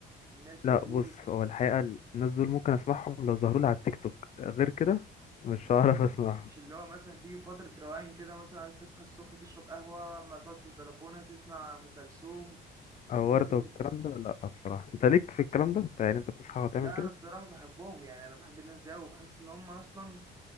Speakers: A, on the right (about 15°); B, on the left (about 40°).
A: الناس فيروز
B: لا بص هو الحقيقه الناس دول ممكن اسمعهم لو ظهروا لي على التيك توك غير كده مش هعرف اسمعهم
A: مش اللي هو مثلا تيجي فترة روقان كده مثلا عايز تصحى الصبح تشرب قهوة أما تقعد في البلكونة تسمع أم كلثوم
B: او
A: الناس
B: وردة
A: ال...
B: والكلام ده لا بصراحة انت ليك في الكلام ده انت يعني انت بتصحى وتعمل
A: لا
B: كده
A: أنا الصراحة بحبهم يعني أنا بحب الناس دي وبحس إن هم أصلا